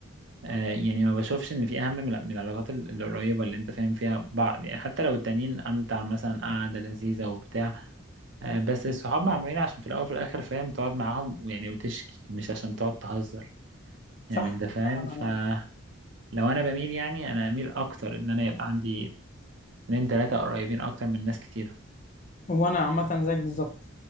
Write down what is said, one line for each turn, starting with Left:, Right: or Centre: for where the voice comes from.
Right: آه، يعني ما بشوفش ان في اهم من من العلاقات ال- القريبه اللي انت فاهم فيها بعض يعني حتى لو التانيين امتع مثلا قعده لذيذه وبتاع آه، بس الصحاب معمولين عشان في الاول وفي الاخر فاهم تقعد معاهم ويعني وتشكي مش عشان تقعد تهزر يعني
Left: صح
Right: انت فاهم
Left: صح بأمانة.
Right: فلو انا بميل يعني انا اميل اكتر ان انا يبقى عندي اتنين تلاته قريبين اكتر من ناس كتيره
Left: وانا عامه زيك بالظبط